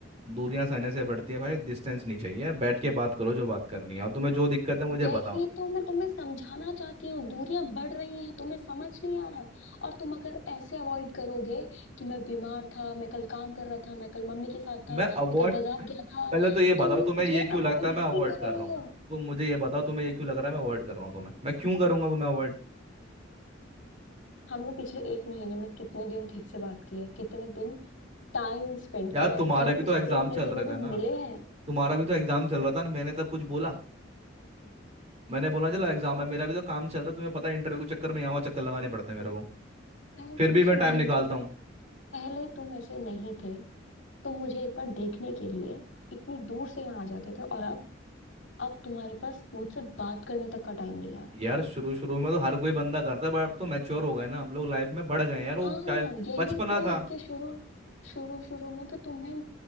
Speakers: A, on the right; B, on the left.
A: दूरियां सहने से बढ़ती है भाई डिस्टेंस नहीं चाहिए बैठ के बात करो जो बात करनी है और तुम्हें जो दिक्कत है मुझे
B: यही
A: बताओ
B: तो मैं तुम्हें समझाना चाहती हूँ दूरियां बढ़ रही हैं तुम्हें समझ नहीं आ रहा और तुम अगर ऐसे अवॉइड करोगे कि मैं बीमार था मैं कल काम कर रहा था मैं कल मम्मी के साथ
A: मैं
B: था मैं
A: अवॉइड
B: कल बाजार गया था
A: पहले तो ये
B: तुम
A: बताओ तुम्हें
B: मुझे
A: ये क्यों
B: अवॉइड
A: लगता है
B: ही
A: मैं अवॉइड
B: कर
A: कर
B: रहे
A: रहा हूँ
B: हो
A: तुम मुझे ये बताओ तुम्हें ये क्यों लग रहा है मैं अवॉइड कर रहा हूँ तुम्हें मैं क्यों करूंगा तुम्हें अवॉइड
B: हमने पिछले एक महीने में कितने दिन ठीक से बात की है कितने दिन टाइम स्पेंड
A: यार
B: किया है
A: तुम्हारे
B: क्या हम
A: भी
B: पिछले
A: तो एग्जाम
B: एक महीने
A: चल रहे
B: में
A: थे
B: भी
A: ना
B: मिले हैं
A: तुम्हारा भी तो एग्जाम चल रहा था ना मैंने तब कुछ बोला मैंने बोला चलो एग्जाम है मेरा भी तो काम चल रहा है तुम्हें पता है इंटरव्यू के चक्कर में यहाँ वहाँ चक्कर लगाने पड़ते हैं मेरे को
B: पहले
A: फिर
B: तुम
A: भी
B: ऐसे
A: मैं टाइम
B: नहीं
A: निकालता
B: थे
A: हूँ
B: पहले तुम ऐसे नहीं थे तुम मुझे एक बार देखने के लिए इतनी दूर से यहाँ आ जाते थे और अब अब तुम्हारे पास मुझसे बात करने तक का टाइम नहीं है
A: यार शुरू शुरू में तो हर कोई बंदा करता है बट अब तो मैच्योर हो गए ना हम लोग लाइफ में बढ़ गए हैं यार वो
B: हाँ
A: चाइल्ड
B: यही
A: बचपना
B: तो
A: था
B: कि शुरू शुरू शुरू में तो तुम्हें